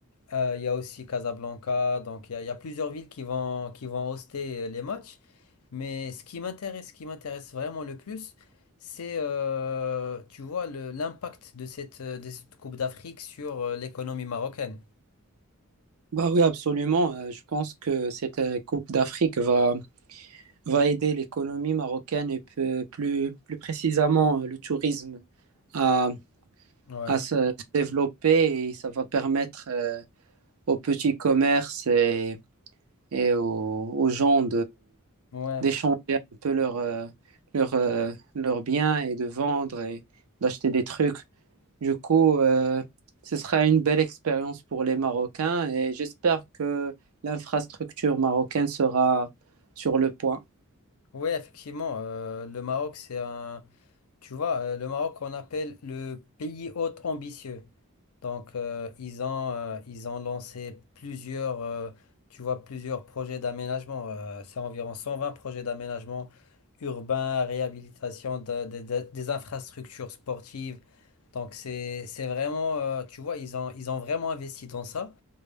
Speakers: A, on the left; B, on the right.
A: Euh, Il y a aussi Casablanca, donc il y a, il y a plusieurs villes qui vont qui vont hoster euh, les matchs. Mais ce qui m'intéresse, ce qui m'intéresse vraiment le plus, c'est euh, tu vois le- l'impact de cette de cette Coupe d'Afrique sur euh, l'économie marocaine.
B: Bah oui, absolument. Euh, je pense que cette euh, Coupe d'Afrique va, va aider l'économie marocaine et peu- plus, plus précisément euh, le tourisme à,
A: Ouais,
B: à se développer et ça va permettre euh, aux petits commerces et, et aux, aux gens
A: ouais,
B: d'échanger un peu leurs euh, leur, euh, leurs biens et de vendre et d'acheter des trucs. Du coup, euh, ce sera une belle expérience pour les Marocains et j'espère que l'infrastructure marocaine sera sur le point.
A: ouais, effectivement, euh, le Maroc, c'est un, tu vois, euh, le Maroc, on appelle le pays hôte ambitieux. Donc, euh, ils ont, euh, ils ont lancé plusieurs, euh, tu vois, plusieurs projets d'aménagement. euh, c'est environ 120 projets d'aménagement urbain, réhabilitation de- de- de- des infrastructures sportives. Donc, c'est, c'est vraiment, euh, tu vois, ils ont, ils ont vraiment investi dans ça.